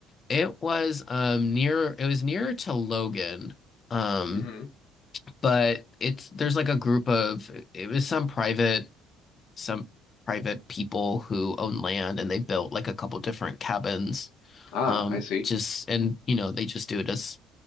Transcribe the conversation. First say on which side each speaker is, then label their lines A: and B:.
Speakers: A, on the left (about 30°); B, on the left (about 65°).
A: It was um near it was nearer to Logan. Um
B: <laughs> hmm
A: but it's there's like a group of it was some private some private people who own land and they built like a couple different cabins
B: Ah,
A: um
B: I see.
A: just and you know they just do it as